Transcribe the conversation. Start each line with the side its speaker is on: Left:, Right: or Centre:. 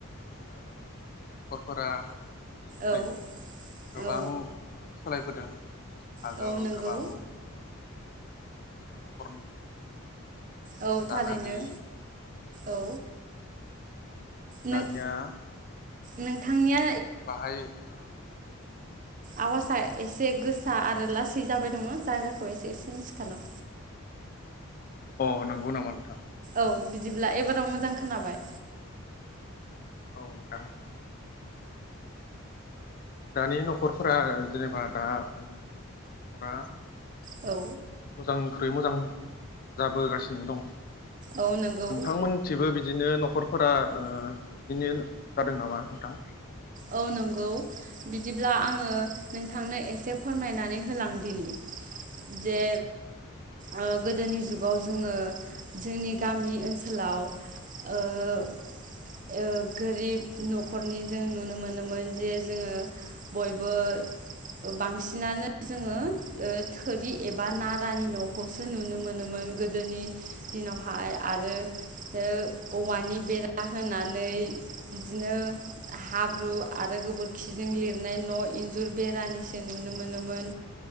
Left: ओ न'खरफोरा आगोलनिख्रुइ
Right: औ
Left: गोबां
Right: औ
Left: सोलायबोदों आगोल
Right: औ नंगौ
Left: गोबां ओ दुखिया न'खर नुनो मोनोमोन
Right: औ
Left: जानो
Right: थारैनो
Left: गैयै बिदि नुनो
Right: औ
Left: मोनोमोन खिन्थु
Right: नों
Left: दानिया ओ
Right: नोंथांनिया
Left: बाहाय ओ।
Right: आवासा। एसे गोसा आरो लासै जाबाय दङो। जायगाखौ एसे सेन्ज खालाम।
Left: अ नंगौ नामा नोंथां।
Right: औ बिदिब्ला एबाराव मोजां खोनाबाय।
Left: औ नोंथां दानि न'खरफोरा जेनेबा दा न'खरा।
Right: औ।
Left: मोजांनिख्रुइ मोजां जाबोगासिनो दं।
Right: औ नंगौ
Left: नोंथांमोनथिबो बिदि। बिदिनो न'खरफोरा ओ बिनिनो जादों नामा नोंथां?
Right: औ नंगौ बिदिब्ला आङो नोंथांनो एसे फोरमायनानै होलां दिनि जे ओ गोदोनि जुगाव जोङो जोंनि गामि ओनसोलाव ओ-ओ गोरिब न'खरनि जों नुनो। मोनोमोन जे जोङो बयबो बांसिनानो जोङो ओ थोरि एबा नारानि न'खौसो नुनो मोनोमोन गोदोनि दिनावहाय आरो ओ औवानि बेरा होनानै बिदिनो। हाब्रु आरो गोबोरखिजों लिरनाय न' इन्जुर बेरानिसो नुनो मोनोमोन